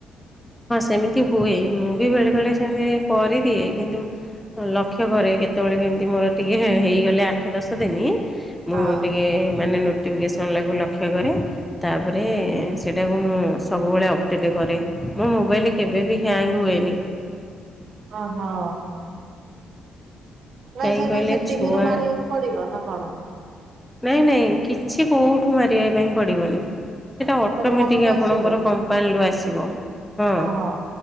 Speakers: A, in the centre; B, on the right.
A: ହଁ ସେମିତି ହୁଏ ମୁଁ ବି ବେଳେ ବେଳେ ସେମିତି କରିଦିଏ କିନ୍ତୁ ଲକ୍ଷ୍ୟ କରେ କେତେବେଳେ କେମିତି ମୋର ଟିକେ ହେ-ହେଇଗଲେ ଆଠ ଦଶ ଦିନ।
B: ହଁ
A: ମୁଁ ଟିକେ ମାନେ ନୋ ନୋଟିଫିକେସନ୍ ଲାଗୁ ଲକ୍ଷ୍ୟ କରେ ତାପରେ ସେଇଟାକୁ ମୁଁ ସବୁବେଳେ ଅପଡ଼େଟ୍ କରେ। ମୋ ମୋବାଇଲ କେବେବି ହ୍ୟାଙ୍ଗ ହୁଏନି।
B: ହଁ ହଁ। ନା
A: କାହିଁ
B: ସେଇଟା
A: କହିଲେ
B: ସେଟିଙ୍ଗରୁ
A: ଛୁଆ
B: ମାରିବାକୁ ପଡିବ ନା କଣ।
A: ନାଇଁ ନାଇଁ କିଛି କୋଉଠୁ ମାରିବା ପାଇଁ ପଡିବନି। ସେଇଟା ଅଟୋମେଟିକ୍
B: ମନକୁ
A: ଆପଣଙ୍କର
B: ଆସିବ
A: କମ୍ପାନୀରୁୁ ଆସିବ ହଁ
B: ଓହୋ।